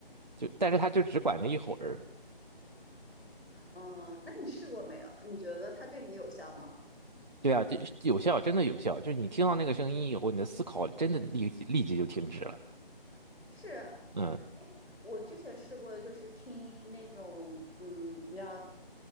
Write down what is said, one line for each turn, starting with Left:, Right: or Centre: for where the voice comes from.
Right: 就但是它就只管那一会儿。
Left: 嗯，那你试过没有？你觉得它对你有效吗？
Right: 对啊，就有效，真的有效。就是你听到那个声音以后，你的思考真的立即立即就停止了。
Left: 是
Right: 嗯
Left: 我之前试过的，就是听那种，嗯，你知道